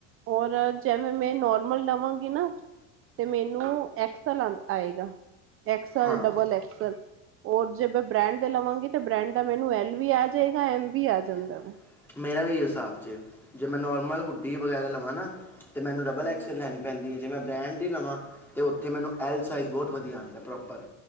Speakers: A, on the right; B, in the centre.
A: ਔਰ ਜਿਵੇਂ ਮੈਂ ਨੋਰਮਲ ਲਵਾਂਗੀ ਨਾ। ਤੇ ਮੈਨੂੰ ਐਕਸਲ ਆਏਗਾ ਐਕਸਲ
B: ਹਾਂ
A: ਡਬਲ ਐਕਸਲ। ਹੋਰ ਜੇ ਮੈ ਬ੍ਰੈਂਡ ਦੇ ਲਵਾਂਗੀ ਤਾਂ ਬ੍ਰਡ ਦਾ ਮੈਨੂੰ ਐਲ ਵੀ ਆ ਜਾਏਗਾ ਐਮ ਵੀ ਆ ਜਾਂਦਾ
B: ਜਾਏਗਾ
A: ਵੇ।
B: ਮੇਰਾ ਵੀ ਇਹੀ ਹਿਸਾਬ ਜੇ ਮੈਂ ਨੋਰਮਲ ਹੁੱਡੀ ਵਗੈਰਾ ਲਵਾਂ ਨਾ ਤੇ ਮੈਨੂੰ ਡਬਲ
A: ਹੂੰ
B: ਐਕਸਲ
A: ਹੂੰ
B: ਲੈਣੀ ਪੈਂਦੀ ਹੈ। ਜੇ ਮੈਂ ਬ੍ਰੈਂਡ ਦੀ ਲਵਾਂ, ਤਾਂ ਉੱਥੇ ਮੈਨੂੰ ਐੱਲ ਸਾਈਜ਼ ਬਹੁਤ ਵਧੀਆ ਆਉਂਦਾ ਪ੍ਰੋਪਰ।